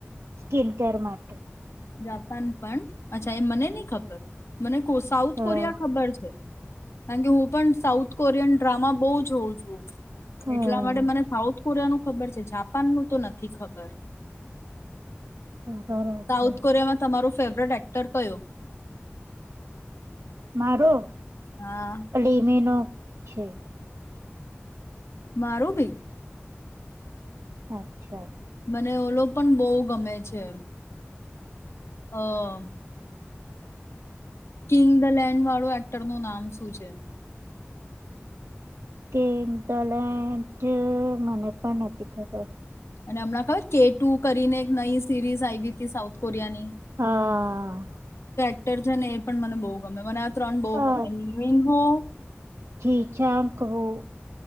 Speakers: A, on the right; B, on the left.
A: સ્કીિન કેર માટે
B: જાપાન પણ અચ્છા એ મને નહીં ખબર મને સાઉથ
A: હા.
B: કોરિયા ખબર છે. કારણ કે હું પણ સાઉથ કોરિયન ડ્રામા બહુ જોઉં છું
A: હા
B: એટલા માટે મને સાઉથ કોરિયાનું ખબર છે જાપાન નું તો નથી ખબર.
A: બરાબર
B: સાઉથ કોરિયામાં તમારું ફેવરેટ એક્ટર કયો.
A: મારો.
B: હા
A: અલીમી ન. છે.
B: મારું બી.
A: અચ્છા.
B: મને ઓલો પણ બહુ ગમે છે. હા. કિંગ ધ લેન વાળો એક્ટર નું નામ શું છે હ.
A: સ્કેંગ ધલેન્ટ મને પણ નથી ખબર.
B: અને હમણાં ખબર કે ટુ કરીને એક નવી સિરીઝ આવી હતી સાઉથ કોરિયા ની.
A: હા.
B: છે ને પણ મને બહુ ગમે મને ત્રણ બહુ
A: અ
B: ગમે હો.
A: જીચાંકવું